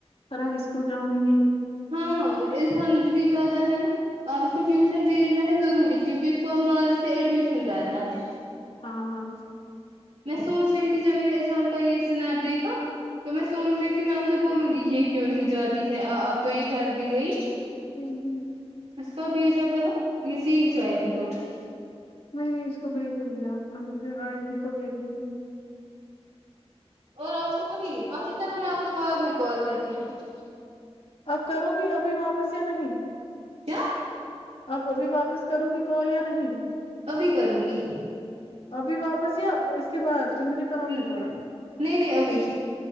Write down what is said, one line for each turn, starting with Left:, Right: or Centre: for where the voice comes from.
Left: فرا ہائی اسکول جاؤں نہیں
Right: ہاں اس منتھ بھی زیادہ ہے نا اب اس کو ٹیوشن بھیجنا ہے ضروری کیونکہ اس کو مارچ سے ایڈمیشن کرنا ہے
Left: ہاں ہاں
Right: میں سوچ رہی تھی جب میں نے اذہان کا یہ سنیپ دیکھا تو میں سوچ رہی تھی میں آپ سے بولوں گی یہ کیوں نہیں جاتی ہے اب تو یہ گھر بھی گئی
Left: ہوں ہوں
Right: اس کا بھیجا کرو یہ سیکھ جائے گی کچھ
Left: نہیں نہیں اس کو بھیجوں گی اب ابھی جو آئے گی تو بھیجیوں گی
Right: اور آپ کو وہی اچھا چلو میں آپ کو بعد میں کال کرتی ہوں
Left: اب کرو گی ابھی واپس یا نہیں
Right: کیا
Left: آپ ابھی واپس کرو گی کال یا نہیں
Right: ابھی کروں گی
Left: ابھی واپس یا اس کے بعد پھر مجھے کام
Right: نہیں
Left: ہے تھوڑا
Right: نہیں ابھی